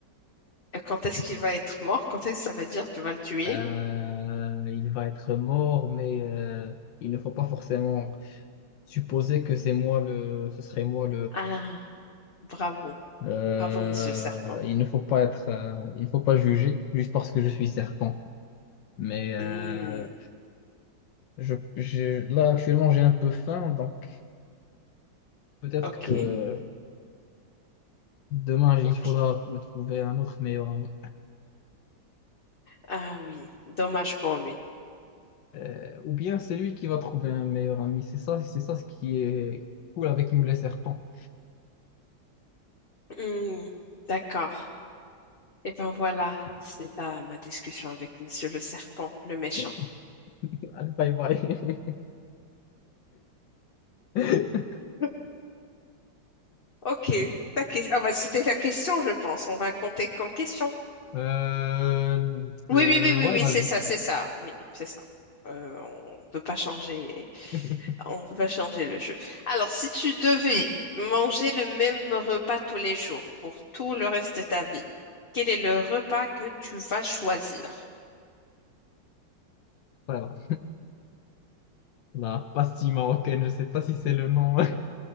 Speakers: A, on the left (about 35°); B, on the left (about 85°).
A: Et Quand est-ce qu'il va être mort? Quand est-ce que ça veut dire que tu vas le tuer?
B: Euh, il va être mort, mais euh, il ne faut pas forcément supposer que c'est moi le, ce serait moi
A: Ah, bravo,
B: Euh,
A: bravo Monsieur le Serpent.
B: il ne faut pas être, euh, il ne faut pas juger juste parce que je suis serpent. Mais euh,
A: Hmm.
B: je, je- là actuellement j'ai un peu faim, donc peut-être
A: ok.
B: que demain il
A: Ok.
B: faudra me trouver un autre meilleur ami.
A: Ah oui, dommage pour lui.
B: Euh, ou bien c'est lui qui va trouver un meilleur ami. C'est ça, c'est ça ce qui est cool avec nous les serpents.
A: Hmm, d'accord. Et ben voilà, c'est là ma discussion avec Monsieur le Serpent, le méchant.
B: <laughs> Allez, bye bye. <laughs>
A: <laughs> Ok, ta que- ah bah, c'était la question, je pense. On va compter comme question.
B: Euh,
A: Oui,
B: euh,
A: oui, oui, oui,
B: ouais,
A: oui,
B: vas-y.
A: c'est ça, c'est ça. Oui, c'est ça. Euh, on peut pas changer,
B: <laughs>
A: on peut pas changer le jeu. Alors, si tu devais manger le même repas tous les jours pour tout le reste de ta vie, quel est le repas que tu vas choisir?
B: Voilà. La pastille marocaine, je sais pas si c'est le nom.